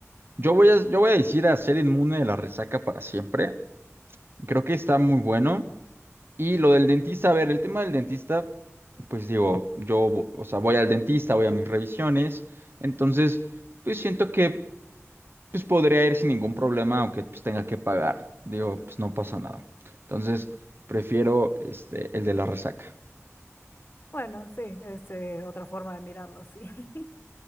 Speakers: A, on the right; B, on the left.
A: Yo voy a, yo voy a decir a ser inmune de la resaca para siempre. Creo que está muy bueno. Y lo del dentista, a ver, el tema del dentista, pues digo, yo, vo- o sea, voy al dentista, voy a mis revisiones. Entonces, pues siento que pues podría ir sin ningún problema, aunque pues tenga que pagar. Digo, pues no pasa nada. Entonces, prefiero este, el de la resaca.
B: Bueno, sí, es eh, otra forma de mirarlo, sí. <laughs>